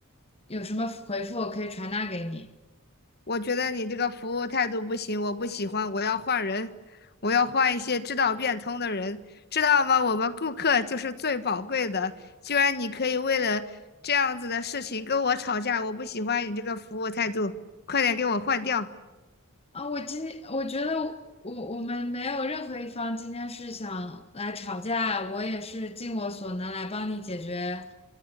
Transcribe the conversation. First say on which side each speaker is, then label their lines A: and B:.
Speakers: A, on the left; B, on the left.
A: 有什么回复我可以传达给你。
B: 我觉得你这个服务态度不行，我不喜欢，我要换人，我要换一些知道变通的人，知道吗？我们顾客就是最宝贵的，居然你可以为了这样子的事情跟我吵架，我不喜欢你这个服务态度，快点给我换掉。
A: 啊，我今天我觉得我我们没有任何一方今天是想来吵架，我也是尽我所能来帮你解决，